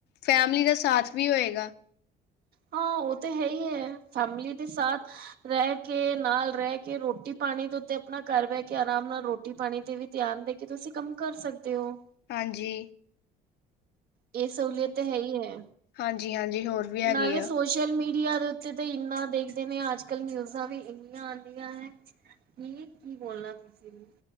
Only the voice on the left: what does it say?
ਫੈਮਲੀ ਦਾ ਸਾਥ ਵੀ ਹੋਇਗਾ।
ਹਾਂਜੀ।
ਹਾਂਜੀ-ਹਾਂਜੀ, ਹੋਰ ਵੀ ਹੈਗੇ
ਆ